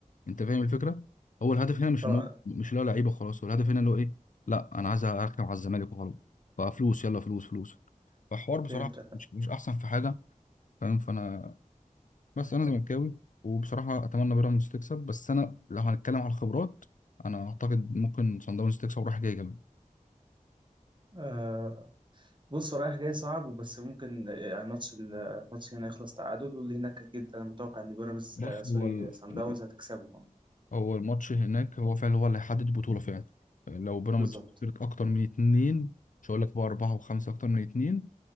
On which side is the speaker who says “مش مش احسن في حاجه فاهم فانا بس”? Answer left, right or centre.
Left